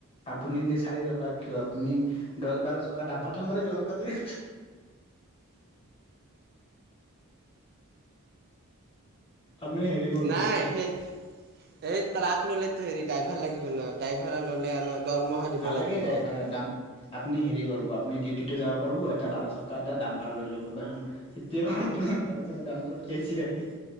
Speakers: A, on the left; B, on the right.
A: আপুনি কি চাৰি টকা কিয় আপুনি দশ বাৰ চকাৰ জাম্পাৰ থাম্পাৰে ল'ব পাৰে। আপুনি হেৰি কৰিব
B: নাই, সেই এই ট্ৰাক ললে। এইটো হেৰি ড্ৰাইভাৰ লাগিব ন, ড্ৰাইভাৰ ল'লে আৰু দৰমহা দিব
A: নালাগে
B: লাগিব
A: ডাইভাৰৰ দাম। আপুনি হেৰি কৰিব আপুনি ডিউটিটো যাব পাৰিব, এটা বাৰ চকা এটা ডাম্পাৰ লৈ ল'ব। এতিয়া বৰ্তমান বাৰ চকাৰ ডাম্পাৰত এচি থাকে।